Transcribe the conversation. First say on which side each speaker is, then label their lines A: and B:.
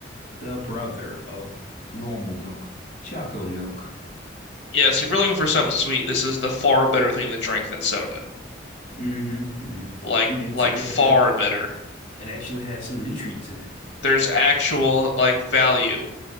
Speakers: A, on the left (about 40°); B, on the left (about 60°).
A: the brother of normal milk, Choco milk.
B: Yeah, so if you're looking for something sweet, this is the far better thing to drink than soda.
A: hmm hmm
B: Like
A: I mean,
B: like
A: it's, <laughs>
B: far better.
A: It actually has some nutrients in it.
B: There's actual like value